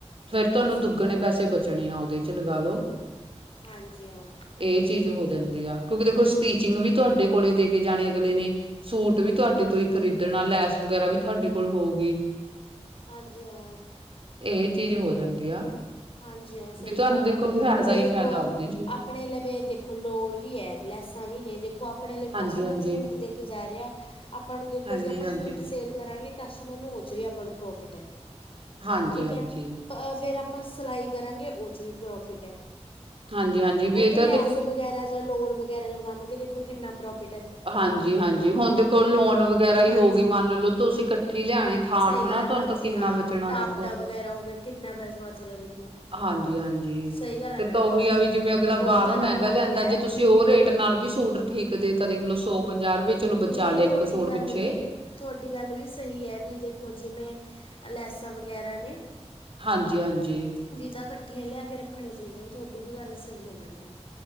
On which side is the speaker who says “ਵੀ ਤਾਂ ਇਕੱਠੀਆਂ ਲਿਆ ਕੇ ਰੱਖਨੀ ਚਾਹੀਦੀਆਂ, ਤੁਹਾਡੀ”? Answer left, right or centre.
Left